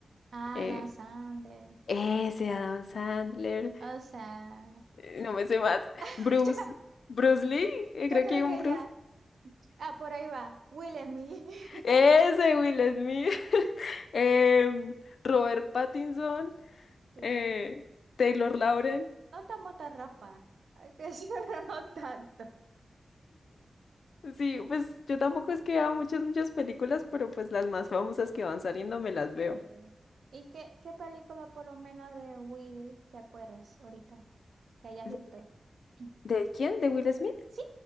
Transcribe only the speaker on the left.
eh,
ese Adam Sandler,
eh, no me sé más,
Bruce,
Bruce Lee, eh,
creo
que hay
un Bruce,
ese Will Smith, <laughs> em, Robert Pattinson,
eh, Taylor Lauren.
Sí, pues yo tampoco es que vea muchas, muchas películas, pero pues las más famosas que van saliendo me las
veo.
¿De,
de quién? ¿De Will Smith?